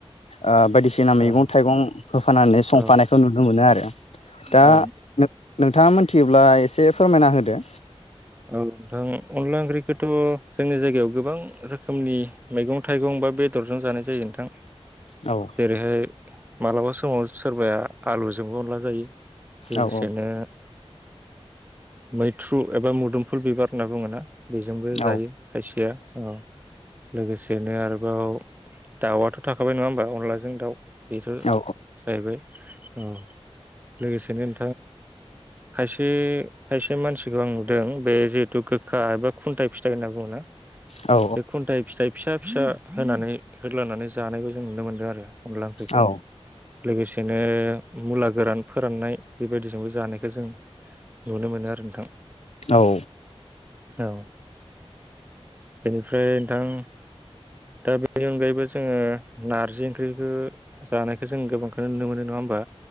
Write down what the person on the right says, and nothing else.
औ
औ
औ
औ नोंथां अनला ओंख्रिखौथ' जोंनि जायगायाव गोबां रोखोमनि मैगं थाइगं बा बेदरजों जानाय जायो नोंथां
जेरैहाय मालाबा समाव सोरबाया आलुजोंबो अनला जायो लोगोसेनो
मैथ्रु एबा मुदुफुल दुमफुल बिबार होनना बुङोना बेजोंबो
जायो खायसेया औ लोगोसेनो आरोबाव दाउआथ' थाखाबाय नङा होमबा अनलाजों दाउ बेथ'
जाहैबाय औ लोगोसेनो ओम खायसे खायसे मानसिखौ आं नुदों जों बे जिहेथु गोखा एबा खुन्थाइ फिथाइ होनना बुङोना
बे खुन्थाइ फिथाइ फिसा फिसा होनानै होदलानानै जानायबो जों नुनो मोन्दों आरो अनला ओंख्रिखौ
लोगोसेनो मुला गोरान फोराननाय बेबायदिजोंबो जानायखौ जों नुनो मोनो आरो नोंथां।
औ बेनिफ्राय नोंथां दा बेनि अनगायैबो जोङो नारजि ओंख्रिखौ जानायखौ जों गोबांखौ नुनो मोनो नङा होमबा?